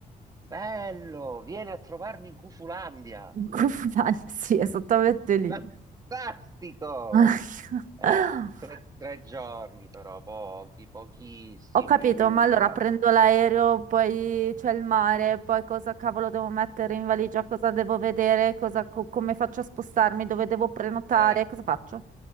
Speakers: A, on the right; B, on the right.
A: Bello, vieni a trovarmi in Cufulandia.
B: <laughs> In Confutaglia, sì, esattamente lì.
A: Fantastico!
B: <laughs>
A: Eh, tre, tre giorni però, pochi, pochissimi,
B: Ho capito,
A: upa.
B: ma allora prendo l'aereo, poi c'è il mare, poi cosa cavolo devo mettere in valigia, cosa devo vedere, cosa- co- come faccio a spostarmi, dove devo prenotare,
A: Eh,
B: cosa faccio?